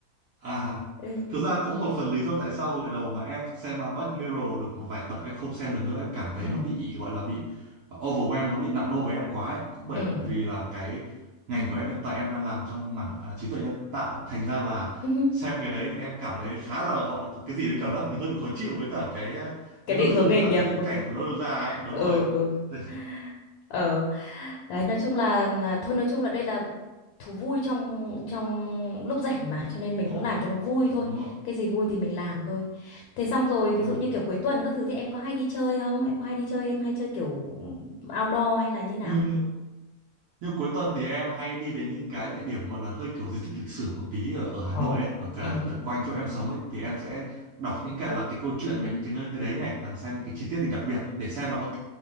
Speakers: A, on the right; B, on the left.
A: À,
B: Ừ.
A: thực ra cũng một phần lý do tại sao hồi đầu mà em xem à, Black Mirror được một vài tập em không xem được nữa, em cảm thấy
B: Ừ.
A: nó bị gọi là bị overwhelm, nó bị nặng đô với em quá ấy. Cũng bởi
B: Ừ.
A: vì là cái ngành của em hiện tại em đang làm trong mảng à, trí tuệ nhân tạo, thành ra là
B: <laughs>
A: xem cái đấy thì em cảm thấy khá là gọi là có cái gì đấy cảm giác mình hơi bị khó chịu với cả cái à,
B: Cái
A: cái
B: định
A: nội
B: hướng
A: dung
B: nghề
A: với cả
B: nghiệp
A: cái viễn
B: của
A: cảnh
B: mình
A: của nó đưa ra ấy, đúng
B: ừ
A: rồi.
B: ừ
A: Thế-
B: ờ đấy nói chung là, là thôi nói chung là đây là thú vui trong trong lúc rảnh mà cho nên
A: Vâng,
B: mình cũng làm cho nó vui thôi
A: đúng rồi.
B: cái gì vui thì mình làm thôi thế xong rồi ví
A: Vâng.
B: dụ như kiểu cuối tuần các thứ thì em có hay đi chơi không em có hay đi chơi em hay chơi kiểu outdoor hay là như nào
A: Như như cuối tuần thì em hay đi đến những cái địa điểm gọi là hơi kiểu di tích lịch sử một tí ở ở Hà
B: Ồ.
A: Nội ấy, ở cả
B: ừ
A: ở quanh chỗ em sống ấy thì em sẽ đọc những cái là cái câu chuyện về những cái nơi đấy này, hoặc là xem những cái chi tiết thì đặc biệt để xem là ok